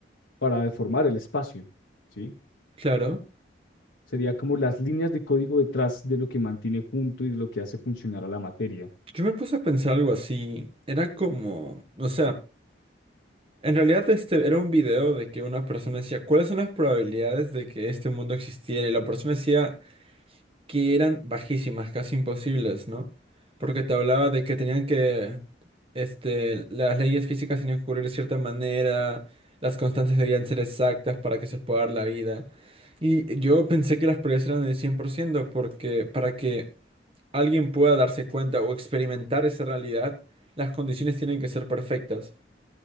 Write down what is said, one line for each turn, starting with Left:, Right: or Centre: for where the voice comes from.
Left: para deformar el espacio, ¿sí?
Right: claro.
Left: Sería como las líneas de código detrás de lo que mantiene junto y de lo que hace funcionar a la materia.
Right: Yo me puse a pensar algo así. Era como, o sea, en realidad este era un video de que una persona decía, ¿cuáles son las probabilidades de que este mundo existiera? Y la persona decía que eran bajísimas, casi imposibles, ¿no? Porque te hablaba de que tenían que, este, las leyes físicas tenían que ocurrir de cierta manera, las constantes debían ser exactas para que se pueda dar la vida. Y yo pensé que las probabilidades eran del 100%, porque para que alguien pueda darse cuenta o experimentar esa realidad, las condiciones tienen que ser perfectas.